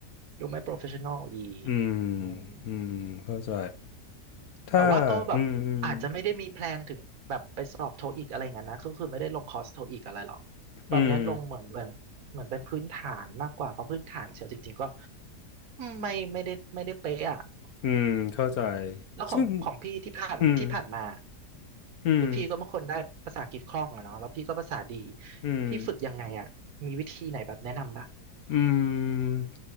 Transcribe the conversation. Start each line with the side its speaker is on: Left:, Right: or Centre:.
Right: ดูไม่ professional อีก
Left: อืม
Right: อืม
Left: อืมเข้าใจถ้าอืมอืม
Right: แต่ว่าก็แบบอาจจะไม่ได้มีแพลนถึงแบบไปสอบโทอีกอะไรอย่างนั้นนะก็คือไม่ได้ลงคอร์สโทอีกอะไรหรอกตอนนี้ลงเหมือนเหมือนเหมือนเป็นพื้นฐานมากกว่าเพราะพื้นฐานเชียวจริงๆก็
Left: อืม
Right: ไม่ไม่ได้ไม่ได้เป๊ะอ่ะ
Left: อืมเข้าใจ
Right: อืมแล้วของของพี่ที่ผ่านที่ผ่านมา
Left: ซึ่งอืมอืม
Right: คือพี่ก็เป็นคนได้ภาษาอังกฤษคล่องอะเนาะแล้วพี่ก็ภาษาดี
Left: อืม
Right: พี่ฝึกยังไงอ่ะมีวิธีไหนแบบแนะนำป่ะ
Left: อืม